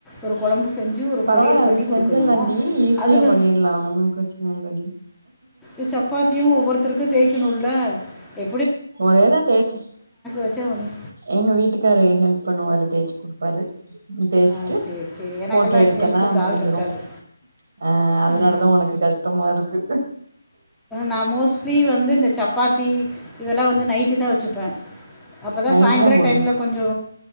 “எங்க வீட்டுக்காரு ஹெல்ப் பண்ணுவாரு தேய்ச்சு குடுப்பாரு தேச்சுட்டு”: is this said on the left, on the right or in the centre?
Right